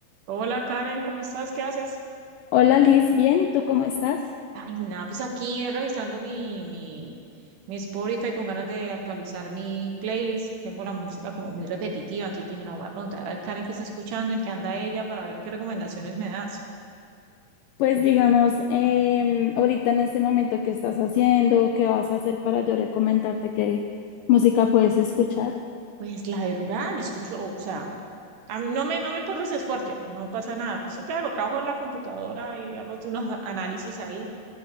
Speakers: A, on the right (about 70°); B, on the left (about 80°).
A: Hola Karen, ¿cómo estás? ¿Qué haces?
B: Hola Liz, bien, ¿y tú cómo estás?
A: Ay, nada, pues aquí eh, revisando mi, mi, mi Spotify con ganas de actualizar mi playlist. Tengo la música como muy repetitiva, entonces dije, no, voy a preguntar a ver Karen qué está escuchando, en qué anda ella, para ver qué recomendaciones me das.
B: Pues digamos, em, ahorita en este momento, ¿qué estás haciendo? ¿Qué vas a hacer para yo recomendarte qué música puedes escuchar?
A: Pues la verdad, yo escucho, o sea, a mí no me, no me importa si es fuerte, no pasa nada. Pues claro, trabajo en la computadora y hago unos a- análisis ahí,